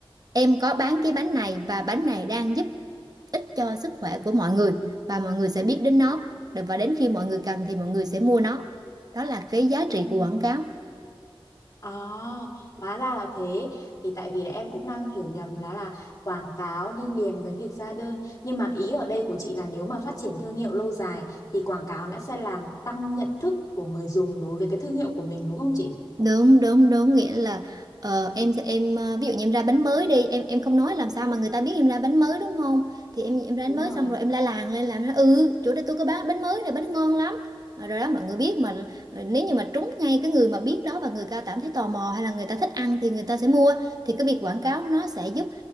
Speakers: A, on the right (about 45°); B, on the left (about 45°).
A: em có bán cái bánh này và bánh này đang giúp ích cho sức khỏe của mọi người và mọi người sẽ biết đến nó và đến khi mọi người cần thì mọi người sẽ mua nó đó là cái giá trị
B: Ờ.
A: của quảng cáo
B: À, hóa ra là thế. Thì tại vì là em cũng đang hiểu nhầm là là quảng cáo đi liền với việc ra đơn. Nhưng mà ý ở đây của chị là nếu mà phát triển thương hiệu lâu dài thì quảng cáo nó sẽ làm tăng nhận thức của người dùng đối với cái thương hiệu của mình đúng không chị?
A: đúng đúng đúng nghĩa là ờ, em sẽ- em ờ, ví dụ như em ra bánh mới đi em em không nói làm sao mà người ta biết em ra bánh mới đúng không thì em em ra bánh
B: Đúng
A: mới
B: rồi
A: xong
B: ạ.
A: rồi em la làng lên làm nó ừ chỗ đây tôi có bán bánh mới này bánh ngon lắm Ờ, rồi đó mọi người biết mà ờ, nếu như mà trúng ngay cái người mà biết đó và người ta cảm thấy tò mò hay là người ta thích ăn thì người ta sẽ mua thì cái việc quảng cáo nó sẽ giúp